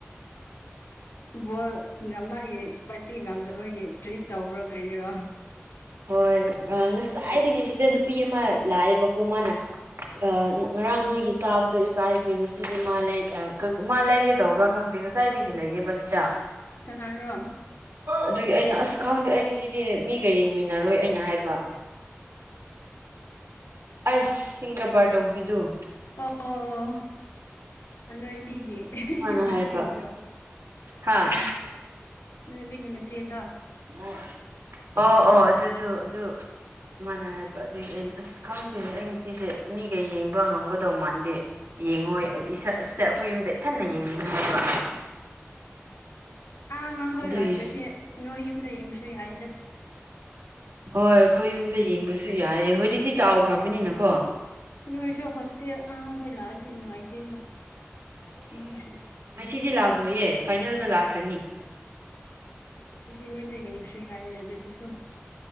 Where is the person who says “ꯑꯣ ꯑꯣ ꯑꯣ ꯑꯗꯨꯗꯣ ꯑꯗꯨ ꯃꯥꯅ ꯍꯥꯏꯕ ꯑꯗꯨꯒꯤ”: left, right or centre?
Right